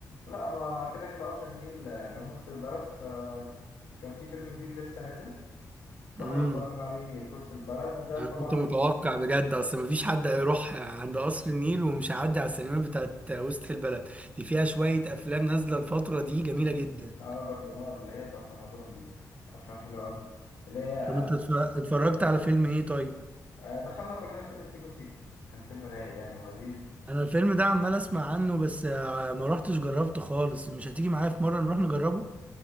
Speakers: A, on the left; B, on the right.
A: لا ما كده كده قصر النيل جنب وسط البلد فكان في فيلم جديد لسه نازل رحنا
B: امم
A: اتفرجنا عليه في وسط البلد ده
B: انا
A: طبعا
B: كنت متوقع بجد اصل مفيش حد هيروح عند قصر النيل ومش هيعدي على السينمات بتاعت وسط البلد دي فيها شوية افلام نازلة الفترة دي جميلة جدا
A: أقدر بنار اللي هي بتاعت رمضان دي أفلام حلوة أوي اللي هي
B: طب انت اتف- اتفرجت على فيلم ايه طيب
A: آه، دخلنا كلنا فيلم سيكو سيكو كان فيلم رايق يعني ولذيذ
B: انا الفيلم ده عمال اسمع عنه بس آه، ما روحتش جربته خالص مش هتيجي معايا في مرة نروح نجربه